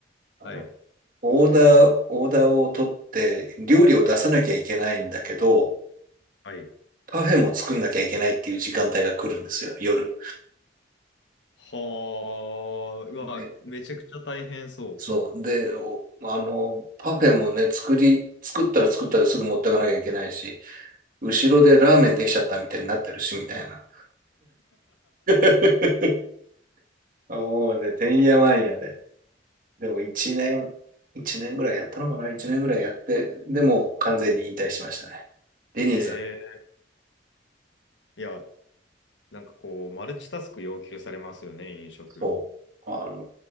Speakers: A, on the right; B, on the left.
A: あの、
B: はい。
A: オーダー、オーダーを取って、料理を出さなきゃいけないんだけど、
B: はい。
A: パフェも作んなきゃいけないっていう時間帯が来るんですよ、夜。
B: はあ、うわ、
A: で
B: めちゃくちゃ大変そ
A: そう。で、あの、パフェもね、作り、作ったら作ったらすぐ持ってかなきゃいけないし、後ろでラーメンできちゃったみたいになってるし、みたいな。<laughs> もうね、てんやわんやで。でも1年、1年ぐらいやったのかな一年ぐらいやって、でも完全に引退しましたね。デニーズは、
B: う。えー、いや、なんかこう、マルチタスク要求されますよね、飲食。
A: そう。あの、